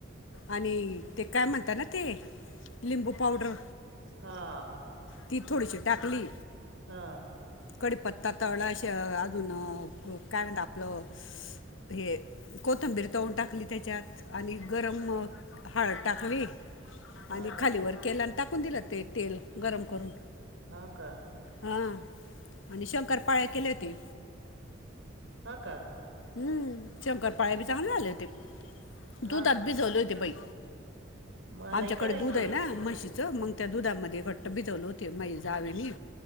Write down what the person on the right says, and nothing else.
हां
हां
हा
का
हां का?
हां का?
हा
का
मलाही
करायचे